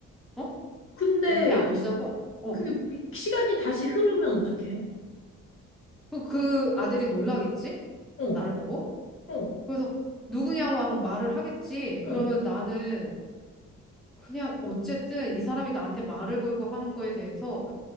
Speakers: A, in the centre; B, on the left.
A: 어?
B: 근데
A: 옆에 앉아서,
B: 시-
A: 어.
B: 그게 미- 시간이 다시 흐르면 어떡해?
A: 그그 아델이 놀라겠지?
B: 어,
A: 나를 보고.
B: 어,
A: 그래서 누구냐고 하고 말을 하겠지. 그러면
B: 어,
A: 나는 그냥 어쨌든 이 사람이 나한테 말을 걸고 하는 거에 대해서